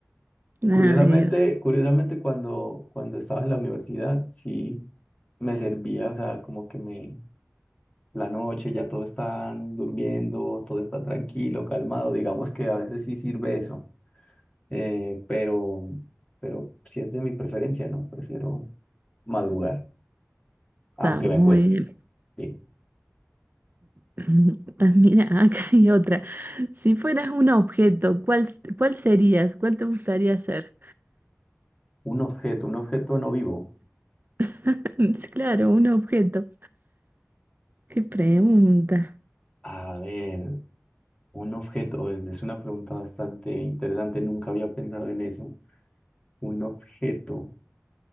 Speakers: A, on the right (about 40°); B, on the left (about 20°).
A: Ay,
B: Curiosamente,
A: Dios,
B: curiosamente cuando, cuando estaba en la universidad, sí me servía, o sea, como que me, la noche ya todos están durmiendo, todo está tranquilo, calmado, digamos que a veces sí sirve eso. eh, pero, pero si es de mi preferencia, no, prefiero madrugar,
A: está
B: aunque
A: muy
B: me cueste.
A: bien.
B: Bien.
A: <clears throat> Ah, Mira, <laughs> acá hay otra. Si fueras un objeto, ¿cuál, cuál serías? ¿Cuál te gustaría ser?
B: Un objeto, un objeto no vivo.
A: <laughs> Sí, Claro, un objeto. Qué pregunta.
B: A ver, un objeto, es una pregunta bastante interesante, nunca había pensado en eso. Un objeto.